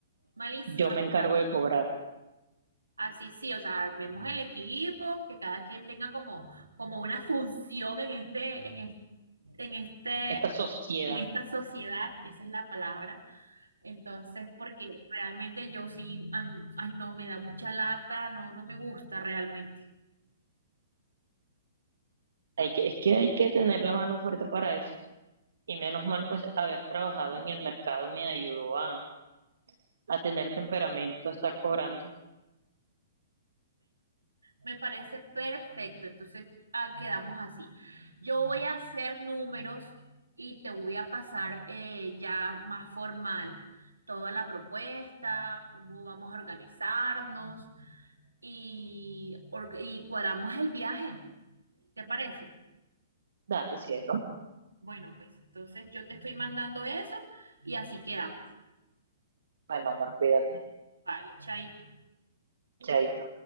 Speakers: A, on the right; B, on the right.
A: Malísima
B: Yo me
A: jugada.
B: encargo de cobrar.
A: Así sí, o sea, armemos el equipo, que cada quien tenga como, como una función en este, en este, en este,
B: Esta sociedad,
A: en esta sociedad, esa es la palabra. Entonces, porque realmente yo sí, ay, ay, no, me da mucha lata, no, no me gusta realmente.
B: hay que, es que hay que tener la mano fuerte para eso. Y menos mal, pues, haber trabajado en el mercado me ayudó a, a tener temperamento, a estar cobrando.
A: Me parece perfecto. Entonces, ah, quedamos así. Yo voy a hacer números y te voy a pasar eh, ya más formal toda la propuesta, cómo vamos a organizarnos y, orga- y cuadramos el viaje. ¿Te parece?
B: Dale, cielo.
A: Bueno, pues entonces yo te estoy mandando eso y así quedamos.
B: Bueno, amor, cuídate.
A: Vale, chaito.
B: Chaito.